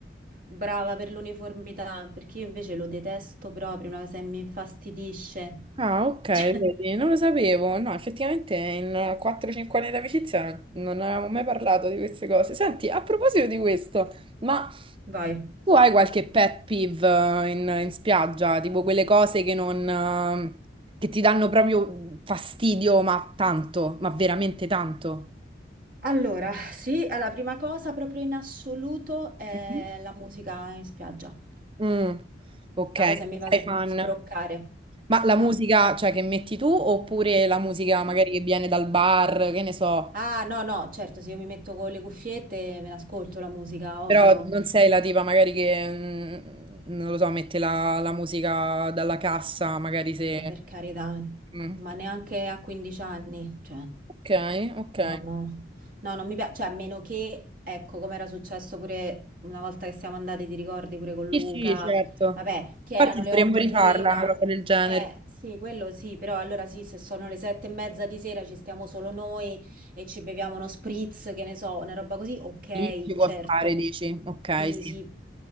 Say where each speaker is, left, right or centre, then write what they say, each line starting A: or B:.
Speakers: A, on the right; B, on the right.
A: Brava per l'uniformità, perché io invece lo detesto proprio, una cosa che mi infastidisce.
B: Ah, ok,
A: <laughs> Cioè,
B: vedi, non lo sapevo. No, effettivamente in 4-5 anni di amicizia non non avevamo mai parlato di queste cose. Senti, a proposito di questo, ma
A: Vai.
B: tu hai qualche pet peeve eh, in, in spiaggia? Tipo quelle cose che non, eh, che ti danno proprio fastidio, ma tanto, ma veramente tanto?
A: Allora, sì, la prima cosa proprio in assoluto è
B: Mhm.
A: la musica in spiaggia. Una
B: Mm, ok,
A: cosa che mi
B: sei
A: fa s-
B: fan.
A: sbroccare.
B: Ma la
A: No,
B: musica, cioè, che metti tu oppure la musica
A: no.
B: magari che viene dal bar, che ne so?
A: Ah, no, no, certo, se io mi metto con le cuffiette me l'ascolto la musica, ovvio.
B: Però non sei la tipa magari che, mm, non lo so, mette la, la musica dalla cassa, magari se...
A: No, per carità,
B: Mm.
A: ma neanche a 15 anni, cioè,
B: Ok, ok.
A: no, no, no, non mi piace, cioè, a meno che, ecco, come era successo pure una volta che siamo andati, ti ricordi, pure con Luca,
B: Sì, sì, certo.
A: vabbè, che
B: Infatti
A: erano
B: dovremmo
A: le 8
B: rifarla,
A: di sera,
B: una cosa del genere.
A: eh, sì, quello sì, però allora sì, se sono le 7 e mezza di sera ci stiamo solo noi e ci beviamo uno spritz, che ne so, una roba così, ok,
B: Lì ci può
A: certo,
B: stare, dici. Ok,
A: sì,
B: sì.
A: sì,